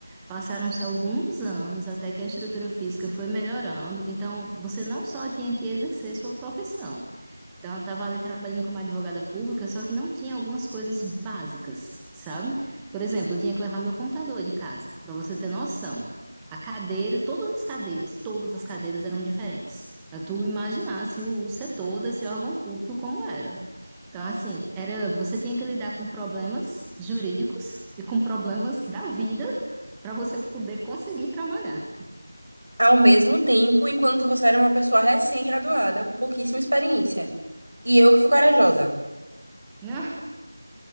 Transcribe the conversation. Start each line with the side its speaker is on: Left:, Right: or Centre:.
Centre: Passaram-se alguns anos até que a estrutura física foi melhorando. Então, você não só tinha que exercer sua profissão, então, eu estava ali trabalhando como advogada pública, só que não tinha algumas coisas básicas, sabe? Por exemplo, eu tinha que levar meu computador de casa, para você ter noção. A cadeira, todas as cadeiras, todas as cadeiras eram diferentes. Pra tu imaginar, assim, o o setor desse órgão público como era. Então, assim, era, você tinha que lidar com problemas jurídicos e com problemas da vida para você poder conseguir trabalhar.
Right: ao mesmo tempo, enquanto você era uma pessoa recém-graduada, com pouquíssima experiência. E eu que fui corajosa.
Centre: Né?